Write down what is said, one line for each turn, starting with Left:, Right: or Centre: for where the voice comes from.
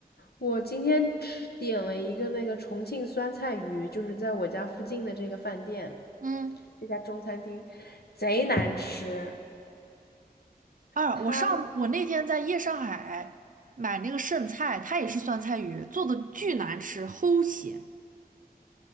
Left: 我今天吃点了一个那个重庆酸菜鱼，就是在我家附近的这个饭店，
Right: 嗯。
Left: 这家中餐厅，贼难吃。
Right: 啊，
Left: 它，
Right: 我上我那天在夜上海买那个剩菜，它也是酸菜鱼，做的巨难吃，齁咸。